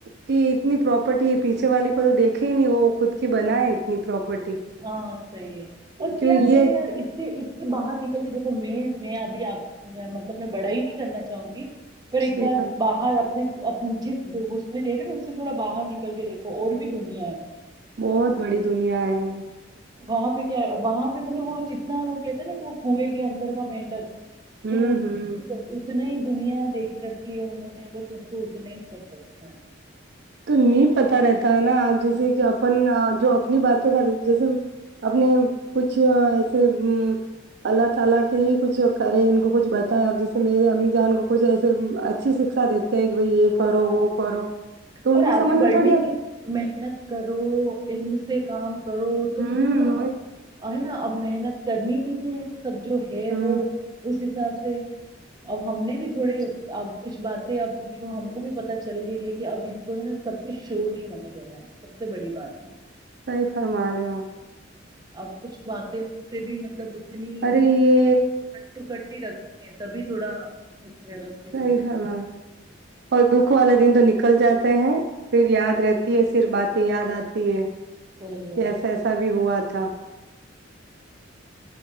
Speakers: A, on the right; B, on the right.
A: کہ اتنی پراپرٹی ہے پیچھے والی کو تو دیکھے ہی نہیں وہ خود کی بن ہے اتنی پراپرٹی
B: ہاں صی اور کیا
A: کیوں یہ
B: ہے یار اس سے اس سے باہر نکل کے دیکھو میں میں ابھی آپ مطلب میں بڑا ہی نہیں کرنا چاہوں گی پھر
A: صحیح
B: ایک بار باہر اپنے جس اس میں رہے رہے نا اس سے تھوڑا باہر نکل کے دیکھو اور بھی دنیا ہے
A: بہت بڑی دنیا ہے
B: وہاں پہ کیا ہے وہاں پہ مطلب وہ جتنا وہ کہتے ہیں نا کہ وہ کویں کے اندر کا مینڈل
A: ہوں
B: جونے
A: ہوں
B: اتنے دنیا دیکھ رکھی ہے انہوں نے بس ان کو اتنا ہی سب لگا ہے
A: تو نہیں پتا رہتا ہے نا آپ جیسے کہ اپن جو اپنی باتیں کر جیسے اپنے کچھ ایسے اللہ تعالی کے لیے کچھ کریں ان کو کچھ بتائیں آپ جیسے میرے امی جان کو کچھ ایسے اچھی شکھا دیتے کہ بائی یہ کرو
B: ہاں
A: وہ کرو تو ان
B: اور
A: کو
B: آگے
A: سمجھ میں
B: بڑھنے
A: تھوڑی آتی
B: کی محنت کرو ان سے کام کرو تو
A: ہوں
B: کیوں نہ ہو ہے نا اب محنت کرنی نہیں ہے سب جو ہے
A: ہوں
B: وہ اس حساب سے اب ہم نے بھی تھوڑے اب کچھ باتیں اب ہم کو بھی پتا چل گئی ہے کہ اب ان کو ہے نا سب کچھ شو نہیں ہونے دینا ہے سب سے بڑی بات یہ
A: صحی فرما رہے ہوپ
B: اب کچھ باتیں ہو سے بھی مطلب اتنی
A: ارے
B: ہی
A: یہ
B: کٹ ٹو کٹ ہی رکھتی ہیں تبھی تھوڑا ویوستھت
A: صحیح
B: ہوگا
A: سر بار اور دکھ والا دن تو نک نکل جاتے ہیں پھر یاد رہتی ہے پر بات یاد آتی ہے
B: صحیح
A: کہ
B: ہے
A: ایسا ایسا بھی ہوا مھ <unintelligible>